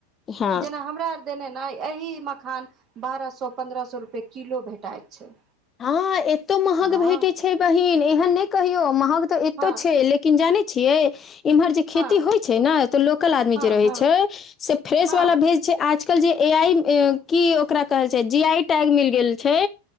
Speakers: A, on the left; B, on the right.
A: हँ
B: जेना हमरा आर देने न एहि-म- -मखान बारह सौ पन्द्रह सौ रूपये किलो भेटाइत छै
A: हाँ एतो महँग
B: हँ
A: भेटै छै बहिन एहन नहि कहियौ महंग तऽ एतो
B: हँ
A: छै लेकिन जानै छियै इम्हर जे खेती
B: हँ
A: होइ छै न तऽ लोकल आदमी
B: हँ
A: जे रहै
B: हँ
A: छै से फ्रेश
B: हँ
A: वाला भेज छै आज तऽ जे ए-आइ ऐं-की ओकरा कहल छै जी आई टैग मिल गेल छै